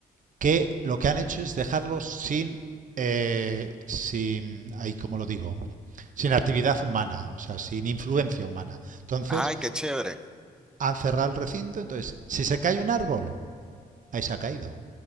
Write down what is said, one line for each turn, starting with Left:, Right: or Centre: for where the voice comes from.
Right: que lo que han hecho es dejarlo sin, eh, sin, ahí como lo digo, sin actividad humana, o sea, sin influencia humana. Entonces,
Centre: Ay, qué chévere.
Right: han cerrado el recinto, entonces, si se cae un árbol, ahí se ha caído.